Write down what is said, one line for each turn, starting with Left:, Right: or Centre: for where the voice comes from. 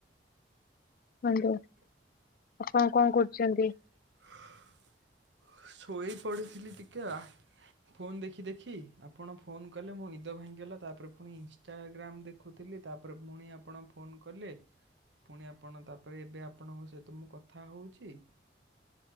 Left: କୁହନ୍ତୁ ଆପଣ କଣ କରୁଛନ୍ତି।
Right: <unintelligible> ଶୋଇ ପଡ଼ିଥିଲି ଟିକେ। ଫୋନ୍ ଦେଖି ଦେଖି ଆପଣ ଫୋନ୍ କଲେ ମୋ ନିଦ ଭାଙ୍ଗିଗଲା ତାପରେ ପୁଣି ଇନଷ୍ଟାଗ୍ରାମ୍ ଦେଖ। ଦେଖୁଥିଲି ତାପରେ ପୁଣି ଆପଣ ଫୋନ୍ କଲେ। ପୁଣି ଆପଣ ତାପରେ ଏବେ ଆପଣଙ୍କ ସହିତ ମୁଁ କଥା ହେଉଛି।